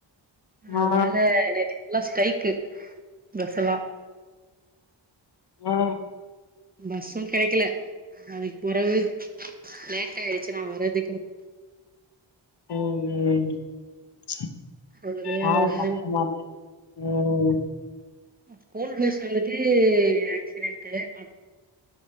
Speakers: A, on the right; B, on the left.
A: அதனால
B: ஆ
A: நேத்து எல்லா ஸ்டைக்கு பஸ்ஸெல்லா
B: ஆ
A: பஸ்ஸு கெடைக்கல அதுக்கு பொறவு லேட் ஆயிடுச்சு நா வர்றதுக்கு
B: <unintelligible>
A: ஒரு வழியா
B: பாவோ
A: வந்து
B: கஷ்டமா இருக்கு ம்
A: ஸ்கூல் பஸ் வந்துட்டு ஆக்சிடென்ட்டு <inaudible>